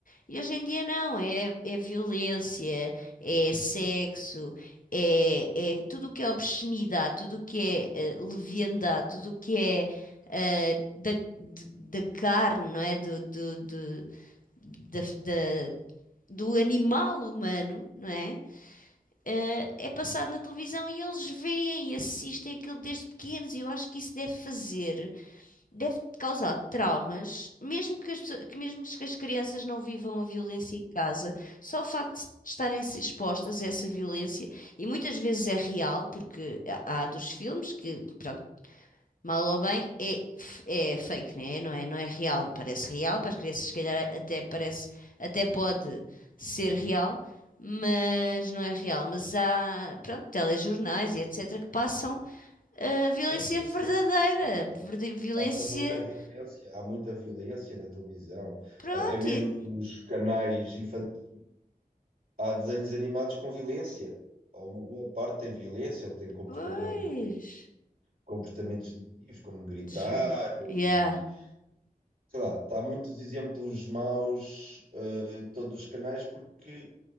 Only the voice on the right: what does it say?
Sim, sim,
sim, sim, claro, claro.
Passa muita violência, há muita violência na televisão,
até mesmo
nos canais infantis, há desenhos animados com violência, ou uma boa parte tem violência, ou tem comportamento,
comportamentos negativos, como gritar
e sei lá, há muitos exemplos maus eh, em todos os canais, porque,